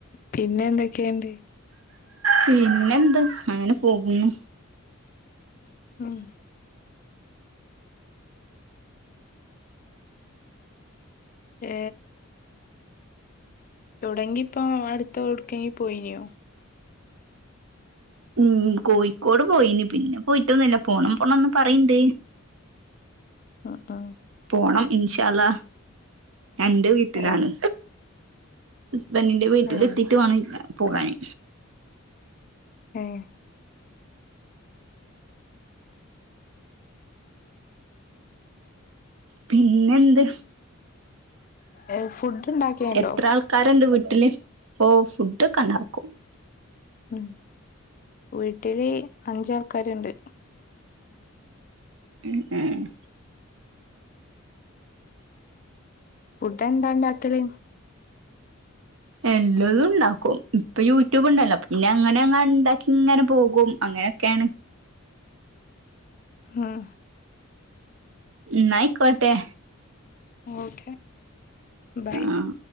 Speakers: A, on the left; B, on the right.
A: പിന്നെ എന്തൊക്കെയണ്ട്
B: പിന്നെന്ത് അങ്ങനെ പോകുന്നു
A: ഉം ഏ തുടങ്കിപ്പൊ അടുത്തടുക്കെങ്കി പോയിനോ
B: ഉം കോഴിക്കോട് പോയിന് പിന്നെ പോയിട്ടൊന്നുല്ല പോണം പോണംന്ന് പറയണ്ട്
A: <unintelligible>
B: പോണം ഇൻഷഅല്ലാഹ് ഞാൻന്റെ വീട്ടിലാണ്
A: ഏ
B: ബെന്നിന്റെ വീട്ടിലെത്തിട്ട്
A: ഏ
B: വേണം പോകാന്
A: ഏഹ്
B: പിന്നെന്ത്
A: ഏ ഫുഡ് ഉണ്ടാക്കിയണ്ടോ
B: എത്ര ആൾക്കാരുണ്ട് ട്ടില് ഓ ഫുഡൊക്കണ്ടാക്കും
A: ഉം വീട്ടില് അഞ്ചാൾക്കാരുണ്ട്
B: ഉം
A: ഫുഡ്‌ എന്താണ്ടാക്കല്
B: എല്ലതുംണ്ടാക്കും ഇപ്പൊ യൂട്യൂബ് ഉണ്ടല്ലോ പിന്ന അങ്ങനെ അങ്ങ ഉണ്ടാക്കിങ്ങനെ പോകും അങ്ങനെയൊക്കെയാണ്
A: ആഹ്
B: ന്നായിക്കട്ടെ
A: ഓക്കെ ബൈ
B: ആഹ്